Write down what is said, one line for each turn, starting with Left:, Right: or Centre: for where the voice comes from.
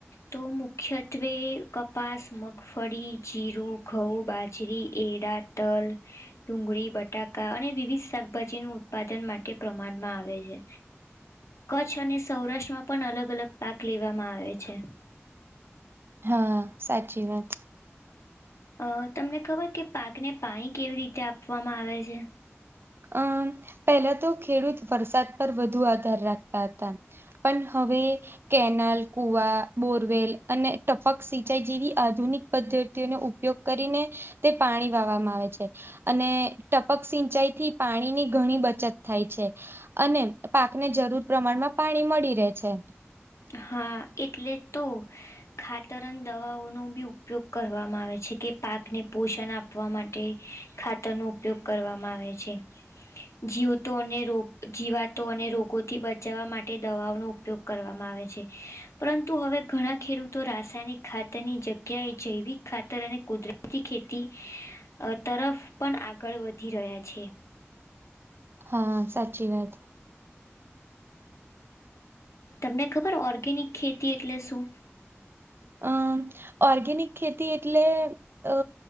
Left: તો મુખ્યત્વે કપાસ મગફળી જીરું ઘઉં બાજરી એડા તલ ડુંગળી બટાકા અને વિવિધ શાકભાજીનું ઉત્પાદન માટે પ્રમાણમાં આવે છે. કચ્છ અને સૌરાષ્ટ્રમાં પણ અલગ અલગ પાક લેવામાં આવે છે.
Right: હા સાચી વાત.
Left: અ તમને ખબર કે પાકને પાણી કેવી રીતે આપવામાં આવે છે.
Right: અમ પહેલા તો ખેડૂત વરસાદ પર વધુ આધાર રાખતા હતા પણ હવે કેનાલ કુવા બોરવેલ અને ટપક સિંચાઈ જેવી આધુનિક પદ્ધતિઓનો ઉપયોગ કરીને તે પાણી વાવામાં આવે છે અને ટપક સિંચાઈ થી પાણીની ઘણી બચત થાય છે. અને પાકને જરૂર પ્રમાણમાં પાણી મળી રહે છે.
Left: હા એટલે તો ખાતરન દવાઓનો બી ઉપયોગ કરવામાં આવે છે કે પાકને પોષણ આપવા માટે ખાતર નો ઉપયોગ કરવામાં આવે છે. જીવતો અને રો જીવાતો અને રોગોથી બચાવવા માટે દવાઓનો ઉપયોગ કરવ માં આવે છે પરંતુ હવે ઘણા ખેડૂતો રાસાયણિક ખાતરની જગ્યાએ જૈવિક ખાતર અને કુદરતી ખેતી તરફ પણ આગળ વધી રહ્યા છે.
Right: હા સાચી વાત.
Left: તમને ખબર ઓર્ગેનિક ખેતી એટલે શું.
Right: આ ઓર્ગેનિક ખેતી એટલે અ